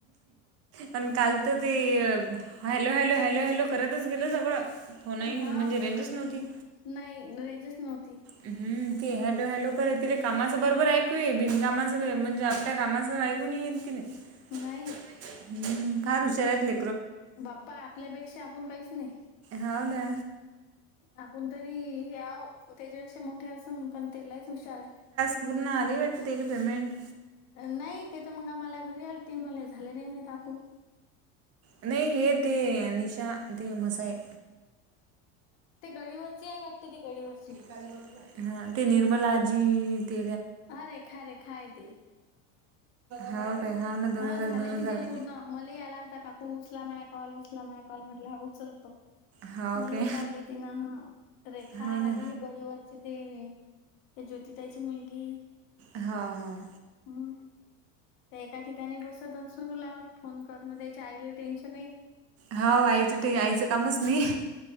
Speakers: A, on the right (about 40°); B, on the left (about 90°).
A: पण काल तर ते, hello hello hello! Hello hello करतच गेलं सगळं फोनई
B: हा
A: म्हणजे रेंजच नव्हती.
B: नाही रेंजच नव्हती.
A: हम्म ती हॅलो हॅलो कर तिथे कामाचं बरोबर ऐकू येई. बिनकामाचं काय म्हणजे त्या कामाचं ऐगून येईल ति नाही.
B: नाही.
A: हम्म फार हुशार आहेत ल
B: बाप्पा आपल्यापेक्षा आपण काहीच नाही.
A: हा ना!
B: आपण तरी हे आव, त्याच्यापेक्षा मोठे असून पण तेलाहीच हुशार आहे!
A: उर आली वाट तेली पेमेंट.
B: नाही ते तर मग का मला घरी आल ते मला झाले नाही म्हणे काकू.
A: नाही हे ते, निशा ते म्हसाय
B: ते गळीवरची आहे, माटते ते गळीवरची.
A: <inaudible> हा ते निर्मलाजी ते
B: हा रेखा रेखा यती.
A: हाव काय हाव ना दोन
B: हा
A: हजार,
B: झाले
A: दोन हजार.
B: तिचे पूर्ण मला या आला होता काकू उचला माय कॉल उचला माय कॉल म्हटलं हा उचलतो.
A: हाव
B: मले
A: काय
B: लावले तिन, रेखा
A: हाव ना.
B: लागे हे गळीवरचे ते त्या ज्योतिताईची मुलगी
A: हाव हाव.
B: हम्. त्या ठिकाणी बसत सुरू लावत, फोन करण त्याचे आईले टेन्शन नाही.
A: होा आईचं आईचं, कामच नाही